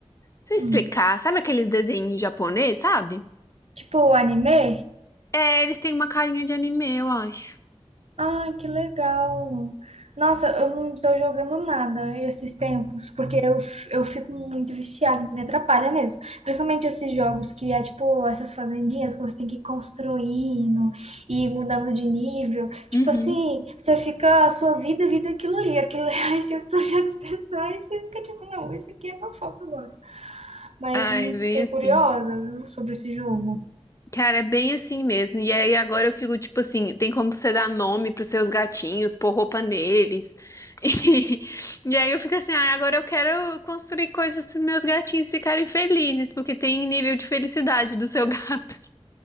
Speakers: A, on the left; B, on the right.
A: sei
B: Hum.
A: explicar, sabe aqueles desenhos japonês, sabe?
B: Tipo anime?
A: É, eles têm uma carinha de anime, eu acho.
B: Ai, que legal. Nossa, eu não tô jogando nada esses tempos, porque eu, f- eu fico muito viciada, me atrapalha mesmo. Principalmente esses jogos que é tipo essas fazendinhas que você tem que ir construindo e mudando de nível. Tipo
A: Uhum.
B: assim, você fica a sua vida, vida é aquilo ali, aquilo <laughs> ali, seus projetos pessoais, você fica tipo, não, isso aqui é meu foco agora. Mas
A: Ah,
B: hum,
A: é bem
B: fiquei
A: assim.
B: curiosa, viu, sobre esse jogo.
A: Cara, é bem assim mesmo. E aí agora eu fico tipo assim, tem como você dar nome pros seus gatinhos, pôr roupa neles. <laughs> E, e aí eu fico assim, ah, agora eu quero construir coisas pros meus gatinhos ficarem felizes, porque tem nível de felicidade do seu gato. <laughs>